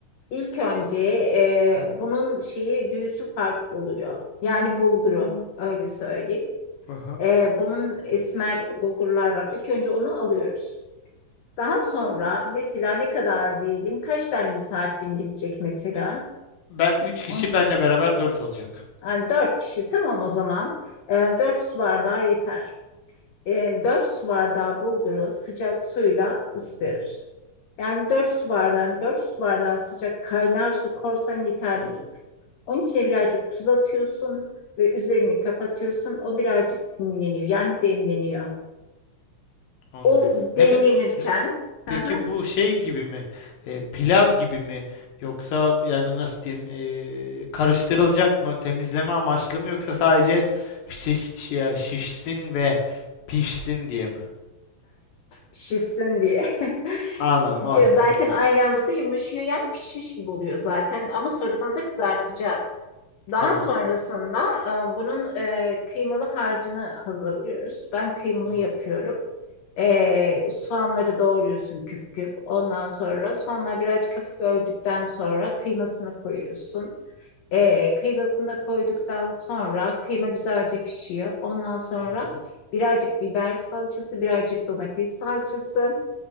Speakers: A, on the left (about 70°); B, on the left (about 90°).
A: İlk önce e, bunun şeyi düğüsü farklı oluyor. Yani bulguru Hmm. öyle söyleyeyim.
B: Aha.
A: Ee, bunun esmer bulgurlar var. İlk önce onu alıyoruz. Daha sonra mesela ne kadar diyelim kaç tane misafirin gelecek mesela?
B: Ben 3 kişi
A: On,
B: benle beraber 4 olacak.
A: yani dört kişi tamam o zaman. Ee, dört su bardağı yeter. e, 4 su bardağı bulguru sıcak suyla ısıtıyoruz. Yani 4 su bardağı, 4 su bardağı sıcak kaynar su korsan yeterli
B: Hı hı,
A: olur. Onun içine birazcık tuz atıyorsun ve üzerini kapatıyorsun. O birazcık dinleniyor. Yani demleniyor.
B: anladım.
A: O
B: Ne,
A: demlenirken
B: ka- ne-
A: <laughs>
B: peki
A: yani
B: bu şey gibi mi? E, pilav gibi mi? Yoksa yani nasıl diyeyim? e, karıştırılacak mı? Temizleme amaçlı mı? Yoksa sadece şiş, şi- şişsin ve pişsin diye mi?
A: şişsin diye. <laughs>
B: Anladım. Okey,
A: Zaten
B: okey, okey.
A: aynı anda da yumuşuyor yani pişmiş gibi oluyor zaten ama sonradan da kızartacağız. Daha
B: Tamam.
A: sonrasında e, bunun e, kıymalı harcını hazırlıyoruz. Ben kıymalı
B: Hı.
A: yapıyorum. E, soğanları doğruyorsun küp küp. Ondan sonra soğanlar birazcık hafif öldükten sonra kıymasını koyuyorsun. E, kıymasını da koyduktan sonra kıyma güzelce pişiyor. Ondan sonra
B: Hı hı.
A: birazcık biber salçası, birazcık domates salçası.